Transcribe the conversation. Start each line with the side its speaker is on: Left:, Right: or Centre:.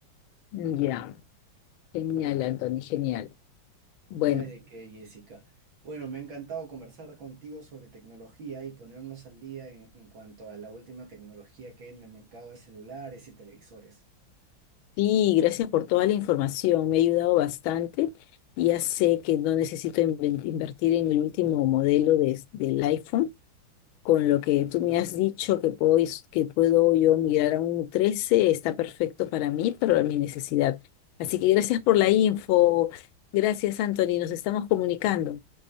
Left: Ya, genial, Anthony, genial. Bueno.
Right: No hay de qué, Jessica. Bueno, me ha encantado conversar contigo sobre tecnología y ponernos al día en, en cuanto a la última tecnología que hay en el mercado de celulares y televisores.
Left: Sí, gracias por toda la información, me ha ayudado bastante. Ya sé que no necesito inven- invertir en el último modelo de- del iPhone. Con lo que tú me has dicho que puedo, is- que puedo yo migrar a un 13, está perfecto para mí, para mi necesidad. Así que gracias por la info. Gracias, Anthony. Nos estamos comunicando.